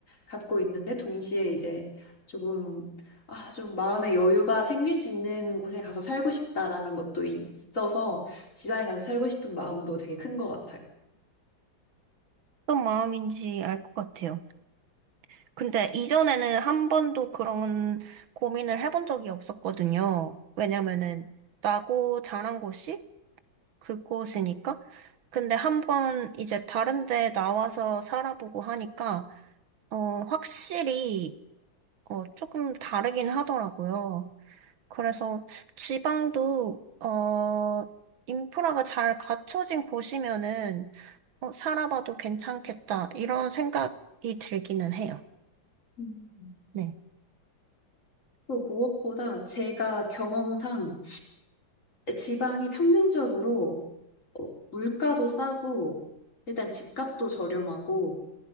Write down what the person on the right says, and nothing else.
어떤 마음인지 알 것 같아요. 근데 이전에는 한 번도 그런 고민을 해본 적이 없었거든요. 왜냐면은 나고 자란 곳이 그곳이니까. 근데 한 번 이제 다른 데 나와서 살아보고 하니까 어 확실히 어 조금 다르긴 하더라고요. 그래서 지방도 어 인프라가 잘 갖춰진 곳이면은 어, 살아봐도 괜찮겠다 이런 생각이 들기는 해요.
네.